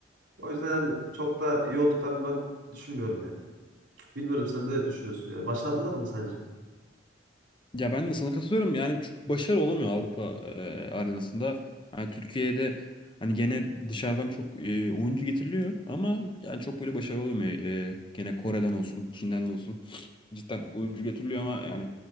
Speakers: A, on the right; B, on the left.
A: O yüzden hani çok da iyi olduklarını ben düşünmüyorum yani. Bilmiyorum sen ne düşünüyorsun yani. Başardılar mı sence?
B: Ya ben de sana katılıyorum. Yani çok başarılı olamıyor Avrupa e, arenasında. Yani Türkiye'de hani gene dışarıdan çok e, oyuncu getiriliyor ama yani çok böyle başarılı olamıyor. E, gene Kore'den olsun, Çin'den olsun cidden oyuncu getiriliyor ama yani